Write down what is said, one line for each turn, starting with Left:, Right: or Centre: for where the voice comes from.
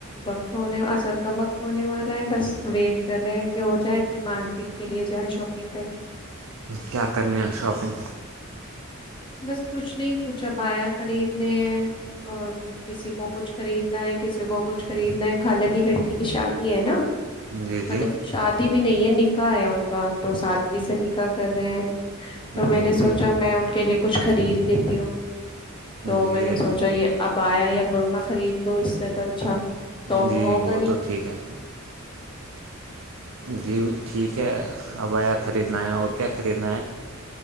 Left: وقت ہونے عصر کا وقت ہونے والا ہے بس ویٹ کر رہے ہیں کہ ہو جائے پھر مارکیٹ کے لیے جائیں شاپ پنگ کرنے
Right: کیا کرنے ہیں شاپنگ
Left: بس کچھ نہیں کچھ ابایا خریدنے ہیں اور کسی کو کچھ خریدنا ہے کسی کو کچھ خریدنا ہے خلا کی لڑکی کی شادی ہے نہ
Right: جی
Left: مطلب
Right: جی
Left: شادی بھی نہیں ہے نکاح ہے ان کا تو سادگی سے نکاح کر رہے ہیں تو
Right: جی
Left: میں نے سوچا
Right: جی
Left: میں ان کے لیے کچھ خرید لیتی ہوں تو
Right: جی
Left: میں نے سوچا یہ ابایا یہ برقہ خرید لو اس سے تو اچھا تحفہ
Right: جی
Left: ہوگا
Right: وہ
Left: نہیں
Right: تو ٹھیک ہے جی ٹھیک ہے ابایا خریدنا ہے اور کیا خریدنا ہے